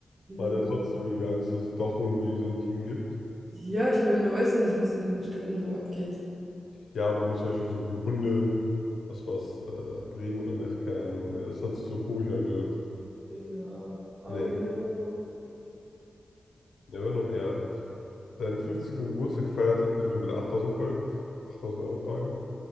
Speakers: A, on the right; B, on the left.
A: Ja,
B: man hat ja trotzdem irgendwie Angst, dass es doch irgendwie so ein Team gibt.
A: ja ich meine, man weiß ja nicht, was in den Städten so abgeht.
B: Ja, aber zum Beispiel so die Hunde, was war's, äh, Bremen oder nach, keine Ahnung. Äh, das hat sich so komisch angehört.
A: Ja, aber
B: Nee,
A: you never know.
B: never know, ja. Seinen 50. Geburtstag feierte, also wir sind bei der 8000, Fol- 8000 Euro Frage.